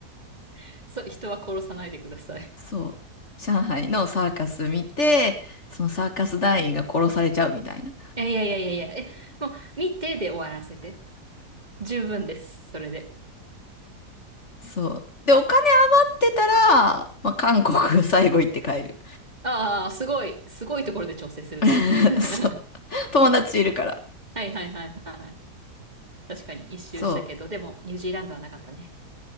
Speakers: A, on the right; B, on the left.
A: <laughs> そう、人は殺さないでください。
B: そう。上海のサーカス見て、そのサーカス団員が殺されちゃうみたいな。
A: いやいやいやいやいや、え、もう、見てで終わらせて。十分です、それで。
B: そう。で、お金あってたら、まあ、韓国最後行って帰る。
A: ああ、すごい、すごいところで調整するね。
B: <laughs>
A: <laughs>
B: そう。友達いるから。
A: はいはいはいはい。確かに一周したけど、
B: そう。
A: でも、ニュージーランドはなかったね。